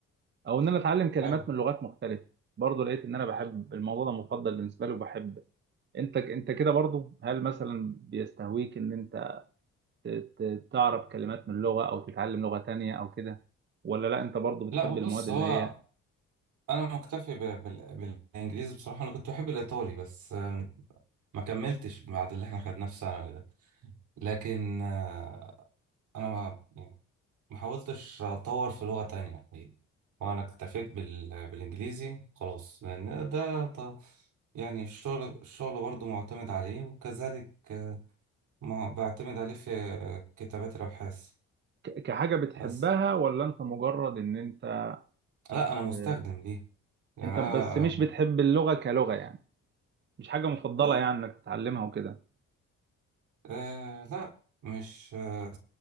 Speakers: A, on the right; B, on the right.
A: او ان انا اتعلم كلمات
B: حلو
A: من لغات مختلفه برضو لقيت ان انا بحب الموضوع ده مفضل بالنسبه لي وبحب انت انت كده برضو هل مثلا بيستهويك ان انت ت- تعرف كلمات من لغة أو تتعلم لغة تانية أو كده ولا لا أنت برضو بتحب
B: لا بص
A: المواد اللي
B: هو
A: هي
B: انا مكتفي ب- بال- بالانجليزي بصراحه انا كنت بحب الايطالي بس آه، ما كملتش بعد اللي احنا خدناه في ثانوي ده لكن آه، انا ما يعني ما حاولتش اطور في لغه تانية الحقيقة. وانا اكتفيت بال- بالانجليزي خلاص لان ده ط- يعني الشغل الشغل برضه معتمد عليه وكذلك آه، ما بعتمد عليه في آه، كتابات الابحاث
A: ك- كحاجة بتحبها
B: بس
A: ولا أنت مجرد إن أنت
B: لا انا مستخدم
A: آه،
B: ليه يعني
A: أنت بس مش بتحب اللغة كلغة يعني مش حاجة مفضلة
B: انا
A: يعني إنك تتعلمها وكده
B: آه لا مش آه